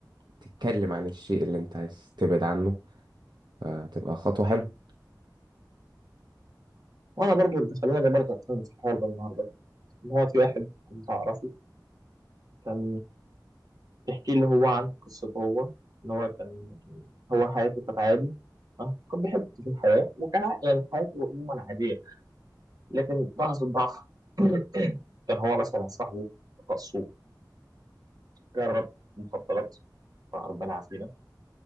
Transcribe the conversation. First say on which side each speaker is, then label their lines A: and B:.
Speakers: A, on the right (about 70°); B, on the right (about 55°).
A: تتكلم عن الشيء اللي انت عايز تبعد عنه فتبقى خطوة حلوة
B: وأنا برضو اللي خلاني برضه أتكلم في الحوار ده النهاردة إن هو في واحد كنت أعرفه كان بيحكي لي هو عن قصته هو إن هو كان هو حياته كانت عادي آه، كان بيحب في الحياة وكان ع- يعني حياته عموما عادية لكن لحظة ضعف <coughs> <clears throat> كان هو مثلا صاحبه رقصه جرب مخدرات فربنا يعافينا